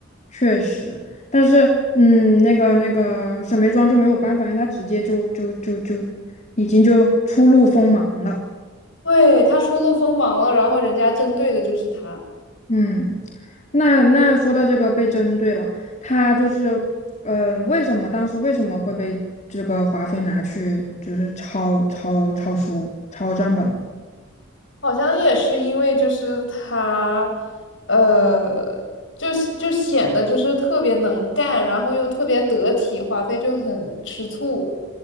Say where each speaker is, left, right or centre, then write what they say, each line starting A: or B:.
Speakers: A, on the left (about 35°); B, on the left (about 65°).
A: 确实，但是嗯，那个那个沈眉庄就没有办法，因为她直接就就就就已经就初露锋芒了。
B: 对，她初露锋芒了，然后人家针对的就是她，
A: 嗯，那那说到这个被针对了，她就是嗯、呃为什么当时为什么会被这个华妃拿去就是抄抄抄书抄账本？
B: 好像也是因为就是她，呃，就是就显得就是特别能干，然后又特别得体，华妃就很吃醋。